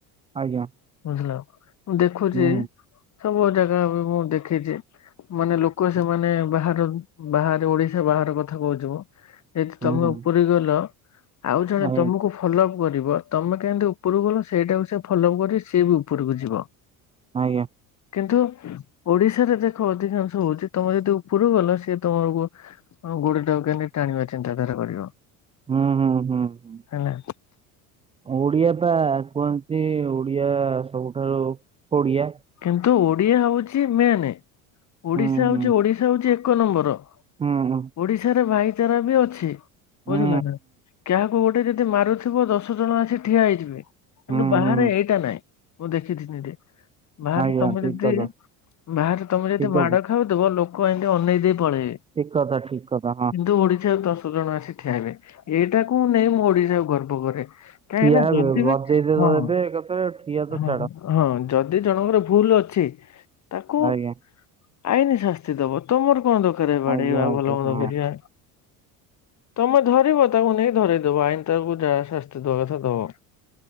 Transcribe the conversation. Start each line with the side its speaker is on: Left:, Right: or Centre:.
Right: ଆଜ୍ଞା।
Left: ବୁଝିଲ ମୁଁ ଦେଖୁଚି
Right: ହୁଁ
Left: ସବୁ ଜାଗା ବି ମୁଁ ଦେଖିଚି। ମାନେ ଲୋକ ସେମାନେ ବାହାର ବାହାରେ ଓଡିଶା ବାହାର କଥା କହୁଥିବ। ଏଇଠି
Right: ହୁଁ
Left: ତମେ
Right: ହୁଁ
Left: ଉପୁୁରି ଗଲ ଆଉ ଜଣେ
Right: ଆଜ୍ଞା
Left: ତମୁକୁ ଫଲୋଅପ୍ କରିବ। ତମେ କେମିତି ଉପୁରୁକୁ ଗଲ ସେଇଟାକୁ ସେ ଫଲୋଅପ୍ କରି ସିଏ ବି ଉପୁରୁକୁ ଯିବ।
Right: ଆଜ୍ଞା।
Left: କିନ୍ତୁ ଓଡିଶାରେ ଦେଖ ଅଧିକାଂଶ ହଉଚି ତମେ ଯଦି ଉପୁରୁକୁ ଗଲ ସିଏ ତମର ଗୋ ତମ ଗୋଡଟାକୁ କେମିତି ଟାଣିବା ଚିନ୍ତାଧାରା କରିବ।
Right: ହୁଁ ହୁଁ ହୁଁ। ହୁଁ।
Left: ହେଲା।
Right: ଓଡିଆ ବା କୁହନ୍ତି ଓଡିଆ ସବୁଠାରୁ ପୋଡ଼ିଆ।
Left: କିନ୍ତୁ ଓଡିଆ ହଉଚି ମେନେ। ଓଡିଶା
Right: ହୁଁ
Left: ହଉଚି
Right: ହୁଁ
Left: ଓଡିଶା ହଉଚି ଏକ ନମ୍ବର।
Right: ହୁଁ ହୁଁ।
Left: ଓଡିଶାରେ ଭାଇଚାରା ବି ଅଛି,
Right: ହୁଁ
Left: ବୁଝିଲ ନା କାହାକୁ ଗୋ ଗୋଟେ ଯଦି ମାରୁଥିବ ଦଶ ଜଣ ଆସି ଠିଆ ହେଇଯିବେ, କିନ୍ତୁ
Right: ହୁଁ ହୁଁ
Left: ବାହାରେ
Right: ହୁଁ
Left: ଏଇଟା ନାହିଁ। ମୁଁ ଦେଖି <unintelligible> ବାହାରେ
Right: ଆଜ୍ଞା
Left: ତମେ
Right: ଠିକ
Left: ଯଦି
Right: କଥା
Left: ବାହାରେ ତମେ ଯଦି
Right: ଠିକ
Left: ମାଡ଼
Right: କଥା
Left: ଖାଉଥିବ ଲୋକ ଏମିତି ଅନେଇ ଦେଇ ପଳେଇବେ।
Right: ଠିକ କଥା, ଠିକ କଥା ହଁ।
Left: କିନ୍ତୁ ଓଡିଶା ଦଶ ଜଣ ଆସି ଠିଆହେବେ ଏଇଟାକୁ ନେଇ ମୁଁ ଓଡିଶାକୁ ଗର୍ବ କରେ। କାହିଁକ
Right: ଠିଆ
Left: ନା
Right: ହେବେ
Left: ଯଦି <unintelligible>
Right: ବଜେଇ ତ
Left: ହଁ।
Right: ଦେବେ ଏକାଥରେ ଠିଆ ତ
Left: ହଁ
Right: ଛାଡ
Left: ଯଦି ଜଣଙ୍କର ଭୁଲ ଅଛି ତାକୁ
Right: ଆଜ୍ଞା
Left: ଆଇନି ଶାସ୍ତି ଦବ ତମର କଣ ଦରକାର ବାଡେଇବା
Right: ଆଜ୍ଞା ଆଜ୍ଞା
Left: ଭଲ ମନ୍ଦ
Right: ହଁ
Left: କରିବା। ତମେ ଧରିବ ତାକୁ ନେଇକି ଧରେଇଦବ ଆଇନ୍ ତାକୁ ଯାହା ଶାସ୍ତି ଦବା କଥା ଦବ।